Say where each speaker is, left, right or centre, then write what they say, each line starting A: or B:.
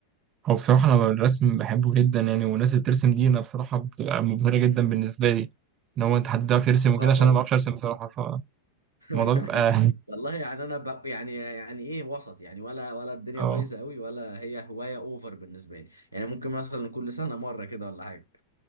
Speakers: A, on the right; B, on the right.
A: هو بصراحه انا الرسم بحبه جدا يعني والناس اللي بترسم دي انا بصراحه بتبقى مبهره جدا بالنسبه لي ان هو انت حد بيعرف يرسم وكده
B: اه
A: عشان
B: طبعا
A: انا ما بعرفش ارسم بصراحه
B: <laughs>
A: فالموضوع بيبقى
B: والله يعني انا ب... يعني يعني ايه وسط يعني ولا ولا الدنيا
A: <laughs> اه
B: بايظه قوي ولا هي هوايه اوفر بالنسبه لي يعني ممكن مثلا كل سنه مره كده ولا حاجه